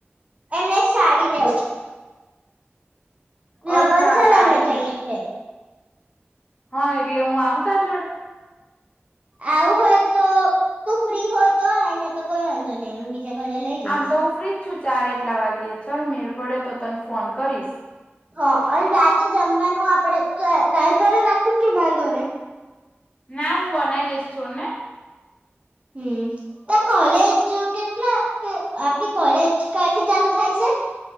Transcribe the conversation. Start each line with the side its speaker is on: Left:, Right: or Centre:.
Right: એમને એક સાડી લેવું. લગ્ન
Left: અચ્છા
Right: છેને
Left: સાડી
Right: એમને તઈ
Left: લેવા
Right: એટલે.
Left: હા એટલે, હું આવું તારે જોડે?
Right: આવું હોય તો, તુ ફ્રી હોય તો આય નય તો કોઈ વાંધો નહી હું બીજા કોઈને લઈ જઈશ.
Left: આમ તો હું ફ્રી જ છું. ચાર એટલા વાગે ચાલ મેળ પડે તો તને ફોન કરીશ.
Right: હ અને રાતે જમવાનું આપડે તાર ઘરે રાખું કે મારે ઘરે.
Left: ના હું હું બનાઇ દઈશ છોડ ને.
Right: હમ, તો કોલેજ કેટલા કે આપણી કોલેજ કયારથી ચાલુ થાય છે.